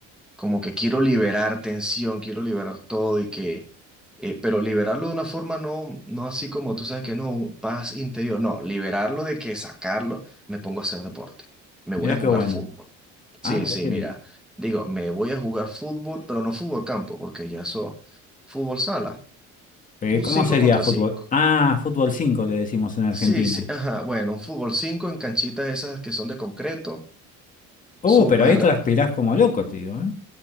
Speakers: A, in the centre; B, on the left.
A: como que quiero liberar tensión, quiero liberar todo y que, eh, pero liberarlo de una forma no, no así como tú sabes que no, paz interior, no, liberarlo de que sacarlo, me pongo a hacer deporte, me
B: Mirá
A: voy a jugar
B: qué bueno.
A: fútbol.
B: Ah,
A: Sí,
B: mirá
A: sí,
B: qué
A: mira,
B: lindo.
A: digo, me voy a jugar fútbol, pero no fútbol campo, porque ya eso, fútbol sala,
B: Eh,
A: un
B: ¿cómo
A: 5
B: sería
A: contra
B: fútbol?
A: cinco
B: Ah, fútbol 5 le decimos en Argentina.
A: Sí, sí, ajá, bueno, un fútbol 5 en canchitas esas que son de concreto
B: Uh,
A: súper
B: pero ahí transpirás como loco, te digo, ¿eh?